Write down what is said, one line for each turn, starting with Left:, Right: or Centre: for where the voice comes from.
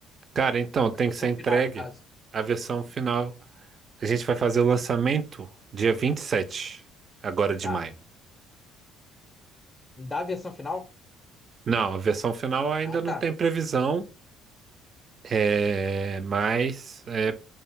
Right: Cara, então tem
Left: A versão
Right: que ser entregue
Left: final, no caso.
Right: a versão final. A gente vai fazer o lançamento dia 27, agora de
Left: Tá.
Right: maio.
Left: Da versão final?
Right: Não, a versão final ainda
Left: Ah, tá.
Right: não tem previsão, é, mas. é,